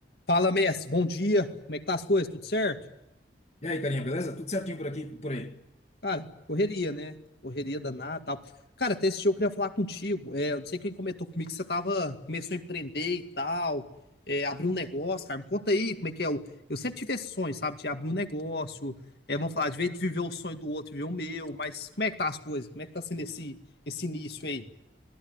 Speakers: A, on the left; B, on the left.
A: Fala, mestre. Bom dia. Como é que tá as coisas? Tudo certo?
B: E aí, carinha, beleza? Tudo certinho por aqui, por aí.
A: Cara, correria, né? Correria danada, e tal. Cara, até esse dia eu queria falar contigo. É, eu não sei quem comentou comigo que você tava, começou a empreender e tal, é, abriu um negócio, cara. Me conta aí como é que é. o- Eu sempre tive esse sonho, sabe, de abrir um negócio. É, vamos falar, de vez de viver o sonho do outro, viver o meu, mas como é que tá as coisas? Como é que tá sendo esse, esse início aí?